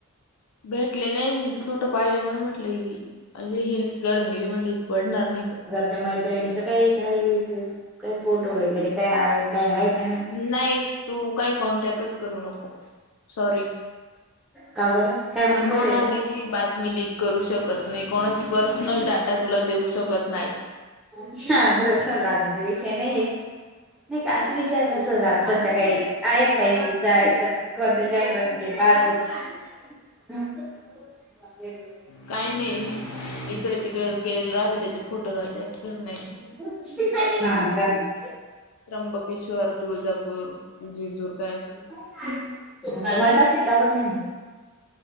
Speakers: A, on the left (about 85°); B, in the centre.
A: भेटले नाही मी फोटो पाहिले म्हणून म्हटले, <unintelligible> अग हिल्स घालून गेली म्हटलं हि पडणार नाही कां?
B: त्या मैत्रिणीच काही काही, काही फोटो वगैरे काय आहे काही आहे का नाही.
A: नाही, तू काय कॉन्टॅक्टचं करु नको, सॉरी,
B: का बरं काय म्हणत
A: मी
B: होते
A: कोणाची
B: का
A: मी बातमी लीक करू शकत नाही कोणाची पर्सनल डाटा तुला देऊ शकत नाही.
B: विषय <unintelligible> झाला आता ते विषय नाहीेये. नाही कां असं विचारलं सहज अग सध्या काही आहे काय विचरायचं. कोणत्या क्षेत्रात <unintelligible> पास <unintelligible> हम्मं. ये गुड नाईट.
A: काही नाही इकड तिकड गेलेले राहते त्याचे फोटो राहते फिरण्याचे.
B: <unintelligible>
A: त्र्यंबकेश्वर, तुळजापूर, जिजूरं काय असेल ते.
B: <unintelligible> किती वर नेम.